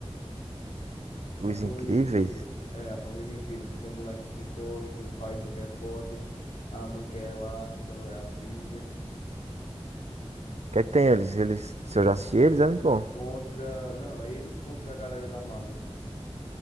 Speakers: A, on the right; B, on the left.
A: Os
B: A família
A: Incríveis?
B: Incríveis.
A: O
B: É, a família Incrível, que tem um moleque que corre, tem um paizão que é forte, a mãe que é elástica, é a filha.
A: que é que tem eles? Eles, se eu já assisti eles, é muito bom.
B: Contra. Não, é eles contra a galera da Marvel.